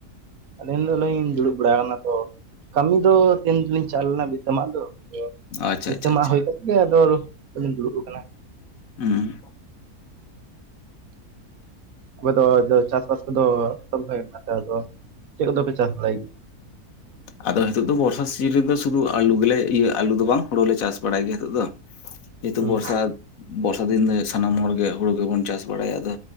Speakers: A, on the right; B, on the left.
A: ᱟᱹᱞᱤᱧ ᱫᱚᱞᱤᱧ ᱫᱩᱲᱩᱵ ᱵᱟᱲᱟ ᱟᱠᱟᱱᱟ ᱛᱚ ᱠᱟᱹᱢᱤ ᱫᱚ ᱛᱤᱱ ᱫᱚᱞᱤᱧ ᱪᱟᱣ ᱞᱮᱱᱟ ᱵᱷᱤᱛᱟᱹ ᱢᱟᱜ ᱫᱚ᱾
B: ᱟᱪᱪᱷᱟ
A: ᱵᱷᱤᱛᱟᱹ
B: ᱟᱪᱪᱷᱟ ᱟᱪᱪᱷᱟ
A: ᱢᱟᱜ ᱦᱩᱭ ᱠᱟᱛᱮᱜ ᱟᱫᱚ ᱟᱹᱞᱤᱧ ᱫᱩᱲᱩᱵ ᱟᱠᱟᱱᱟ᱾
B: ᱦᱩᱢ
A: ᱚᱠᱚᱭ ᱫᱚ ᱪᱟᱥᱵᱟᱥ ᱠᱚᱫᱚ <unintelligible> ᱢᱮᱱᱟᱜ ᱟᱫᱚ ᱪᱮᱫ ᱠᱚᱫᱚᱯᱮ ᱪᱟᱥ ᱵᱟᱲᱟᱭ ᱜᱮᱭᱟ
B: ᱟᱫᱚ ᱱᱤᱛᱚᱜ ᱫᱚ ᱵᱚᱨᱥᱟ ᱥᱤᱡᱚᱱ ᱫᱚ ᱥᱩᱨᱩᱜ-ᱟ ᱟᱹᱞᱩ ᱜᱮᱞᱮ ᱤᱭᱟᱹ ᱟᱹᱞᱩ ᱫᱚ ᱵᱟᱝ ᱦᱩᱲᱩ ᱞᱮ ᱪᱟᱥ ᱵᱟᱲᱟᱭ ᱜᱮᱭᱟ ᱱᱤᱛᱚᱜ ᱫᱚ᱾ ᱱᱤᱛᱩᱜ
A: ᱦᱩᱸ
B: ᱵᱚᱨᱥᱟ ᱵᱚᱨᱥᱟ ᱫᱤᱱ ᱫᱚ ᱥᱟᱱᱟᱢ ᱦᱚᱲᱜᱮ ᱦᱩᱲᱩ ᱜᱮᱵᱚᱱ ᱪᱟᱥ ᱵᱟᱲᱟᱭᱟ, ᱟᱫᱚ